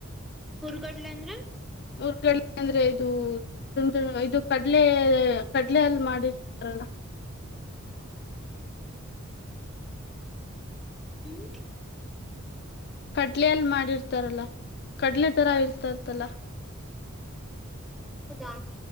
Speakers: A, in the centre; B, on the left.
A: ಉರ್ಗಡ್ಲೆ ಅಂದ್ರೆ
B: ಉರ್ಗಡ್ಲೆ ಅಂದ್ರೆ ಇದು ದಇದು ಕಡ್ಲೆ ಕಡ್ಲೆ ಅಲ್ಲಿ ಮಾಡಿರ್ತಾರಲ್ಲ
A: ಹ್ಮ್
B: ಕಡ್ಲೆಲ್ ಮಾಡಿರ್ತಾರಲ್ಲ <inaudible> ಕಡ್ಲೆ ತರ ಇರ್ತಾರತಲ್ಲ
A: ಹೌದಾ